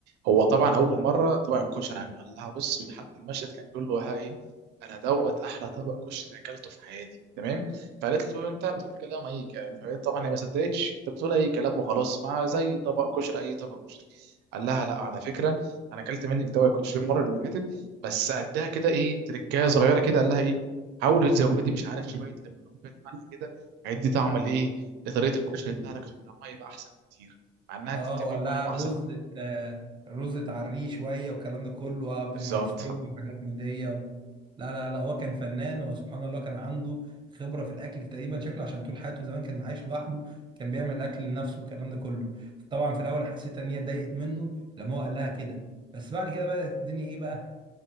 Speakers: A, on the right; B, on the right.
A: هو طبعا اول مره طبق الكشري عجب قال لها بص في حتى المشهد كان بيقول له هاي انا دوت احلى طبق كشري اكلته في حياتي تمام فقالت له انت بتقول كلام اي كلام فقالت طبعا هي ما صدقتش انت بتقول اي كلام وخلاص ما زي طبق كشري اي طبق كشري قال لها لا على فكره انا اكلت منك طبق كشري المره اللي فاتت بس قدها كده ايه تركايه صغيره كده قال لها ايه حاولي تزودي مش عارف شويه ليمون وشويه ملح كده هيدي طعم لايه لطريقه الكشري بتاعتك عشان طعمها يبقى احسن بكتير مع انها انت
B: اه
A: بتعمليه
B: وقال
A: كل
B: لها
A: ما
B: الرز
A: احسن
B: <laughs> ات- آه، الرز اتعريه شويه والكلام ده كله قبل
A: بالظبط
B: ما يستوي وحاجات من دي و... لا لا لا هو كان فنان هو سبحان الله كان عنده خبره في الاكل تقريبا شكله عشان طول حياته زمان كان عايش لوحده كان بيعمل اكل لنفسه والكلام ده كله فطبعا في الاول أنا حسيت ان هي اتضايقت منه لما هو قال لها كده بس بعد كده بدات الدنيا ايه بقى